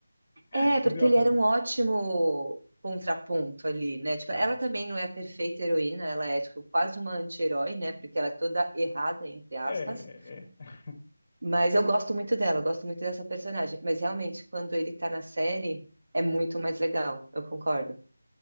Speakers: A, on the left; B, on the right.
A: <laughs> Entendeu?
B: É, porque ele era um ótimo contraponto ali, né? Tipo,
A: Sim.
B: ela também não é a perfeita heroína, ela é tipo, quase uma anti-herói, né? Porque ela é toda errada, entre aspas.
A: É, é.
B: Mas eu gosto muito dela, eu gosto muito dessa personagem. Mas realmente, quando ele tá na série, é muito mais legal, eu concordo.